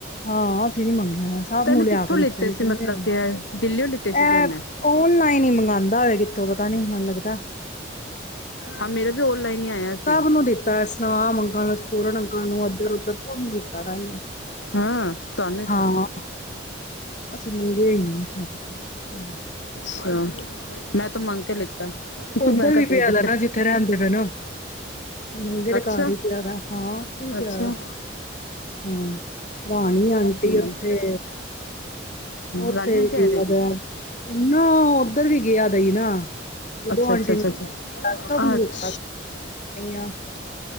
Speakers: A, on the left; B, on the left.
A: ਹਾਂ। ਸੀ ਨੀ ਮੰਗਿਆ ਹੋਇਆ ਸਬ
B: ਤੈਨੇ
A: ਨੂੰ
B: ਕਿੱਥੋਂ
A: ਲਿਆ ਕੇ ਦਿੱਤੇ
B: ਲਿੱਤੇ
A: ਨੇ
B: ਸੀ
A: ਕਿੰਨੇ
B: ਮਤਲਬ
A: ਨੇ
B: ਕਿ ਦਿੱਲੀਓ ਲਿੱਤੇ ਸੀਗੇ
A: ਇਹ
B: ਇਹਨੇ
A: ਓਨਲਾਈਨ ਹੀ ਮੰਗਵਾਉਂਦਾ ਹੋਆ ਕਿੱਥੋਂ ਪਤਾ ਨੀ ਮਨ ਦਾ
B: ਹਾਂ ਮੇਰਾ ਵੀ ਔਨਲਾਈਨ ਹੀ ਆਇਆ ਸੀ
A: ਸਭ ਨੂੰ ਦਿੱਤਾ ਸਨਾਮ ਅੰਗਾਂ ਨੂੰ, ਸਪੂਰਨ ਅੰਕਲ ਨੂੰ ਅੱਧਰ ਉੱਧਰ ਸਭ ਨੂੰ <unintelligible>
B: ਹਾਂ ਤੁਹਾਨੁ ਦਿੱਤਾ?
A: ਹਾਂ ਅਸੀਂ ਮੰਗਿਆ ਹੀ ਨਹੀਂ ਛੱਡ ਪਰਾ ਕੋਈ ਗੱਲ ਨਹੀਂ।
B: ਅੱਛਾ! ਮੈਂ ਤੇ ਮੰਗ ਕੇ ਲਿੱਤਾ।
A: ਉੱਧਰ
B: ਮੈਂ ਕਿਹਾ
A: ਵੀ
B: ਦੇ
A: ਪਿਆਦਾ
B: ਦੇ
A: ਨਾ ਜਿੱਥੇ ਰਹਿੰਦੇ ਪਏ ਨਾ। ਮੰਗੇ ਦੇ
B: ਅੱਛਾ
A: ਘਰ ਹੀ ਪਿਆ ਦਾ ਹੈ ਹਾਂ ਉਥੇ ਵੀ ਪਿਆ
B: ਅੱਛਾ
A: ਦਾ ਹਾਂ। ਰਾਣੀ ਆਂਟੀ
B: ਹਮ
A: ਉੱਥੇ ਉੱਥੇ
B: ਰਾਣੀ ਆਂਟੀ
A: ਵੀ
B: ਆਏ
A: ਗਿਆ
B: ਦੇ ਕੀ
A: ਦਾ ਨਾ ਓਧਰ ਵੀ ਗਿਆ ਦਾ ਹੀ ਨਾ। ਗੁੱਡੋ
B: ਅੱਛਾ
A: ਆਂਟੀ
B: ਅੱਛਾ ਅੱਛਾ
A: ਨੂੰ
B: ਅੱਛਾ
A: <unintelligible>
B: ਅੱਛ